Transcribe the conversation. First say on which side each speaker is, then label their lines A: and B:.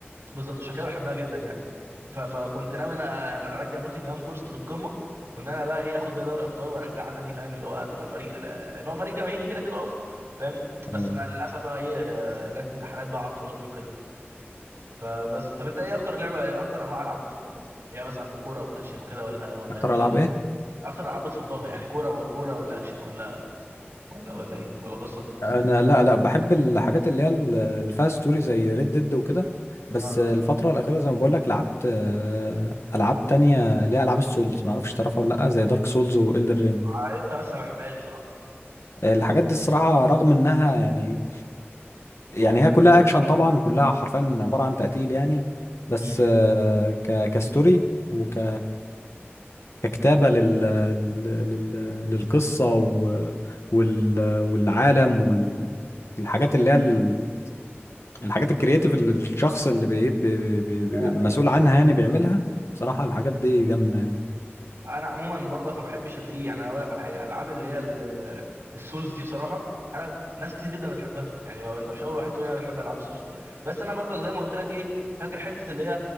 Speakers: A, on the right; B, on the left.
A: بالظبط عشان كده بحبها جدا يعني ف... فكنت ناوي انا أنا ارجع نوتنجهام فورست للقمه وان انا بقى ايه اخد بقى دوري ابطال وارجعها تاني فاهم اللي هو تبقى فريق لا- لان هو فريق جماهيري كده كده اصلا فاهم بس
B: اه
A: مع للاسف بقى ايه آه، جت امتحانات بقى عطلتني وكده فبس طب انت ايه اكتر لعبه إيه اكتر انواع العاب بتفضلها هي مثلا كوره واكشن وكده ولا ولا
B: اكتر
A: ولا
B: العاب
A: ايه
B: ايه
A: اكتر العاب بتفضلها يعني كوره وكوره ولا اكشن ولا ولا ولا ايه ولا قصه
B: انا لا لا بحب الحاجات اللي هي ال- اللي فيها ستوري زي ريد ديد وكده بس
A: اه
B: الفتره الاخيره زي ما بقول لك لعبت آه، العاب تانية اللي هي العاب السولز ما اعرفش تعرفها ولا لا زي دارك سولز والدر رينج
A: عارفها بس ما بحبهاش بصراحه
B: الحاجات دي الصراحه رغم انها يعني يعني هي كلها اكشن طبعا كلها حرفيا عباره عن تقتيل يعني بس
A: امم
B: آه، ك كستوري وك ككتابه لل... لل... لل... للقصه و... وال... والعالم وال... الحاجات اللي هي ال... الحاجات الكرياتيف اللي الشخص اللي بي... بي... بي...
A: لا
B: بي...
A: يا حلوة
B: مسؤول
A: يعني
B: عنها يعني بيعملها بصراحه الحاجات دي جامده يعني
A: انا عموما برضك ما بحبش الايه يعني انا اقول لك على حاجه العاب اللي هي ال- السوز دي بصراحه انا ناس كتير جدا بتحبها يعني ما انت مش اول واحد تقول لي انا بحب العاب السوز وكده بس انا برضك زي ما قلت لك ايه فاكر حته اللي هي